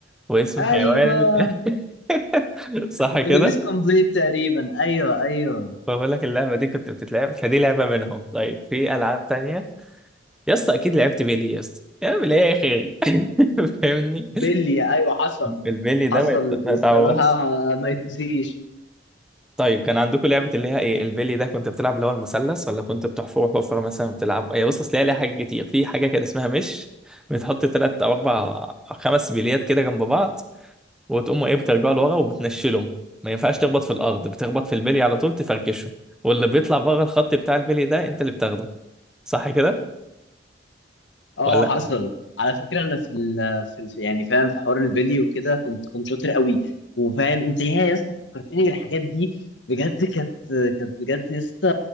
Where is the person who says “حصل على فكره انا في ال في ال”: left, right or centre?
Left